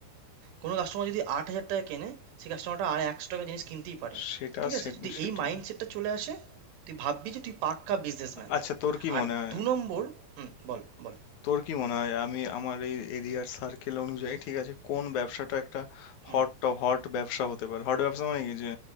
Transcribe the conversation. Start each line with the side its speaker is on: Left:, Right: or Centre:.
Right: কোনো কাস্টমার যদি আট হাজার টাকায় কেনে সেই কাস্টমারটা আর একশো টাকা জিনিস কিনতেই পারে
Left: সেটা
Right: ঠিক
Left: সে-
Right: আছে যদি
Left: সেটা
Right: এই মাইন্ডসেটটা চলে আসে তুই ভাববি যে তুই পাক্কা বিজনেসম্যান
Left: আচ্ছা তোর কি
Right: আর
Left: মনে হয়
Right: দু নম্বর হুম বল বল
Left: তোর কি মনে হয় আমি আমার এই এরিয়ার সার্কেল অনুযায়ী ঠিক আছে কোন ব্যবসাটা একটা
Right: হুম
Left: হট হট ব্যবসা হতে পারে হট ব্যবসা মানে কি যে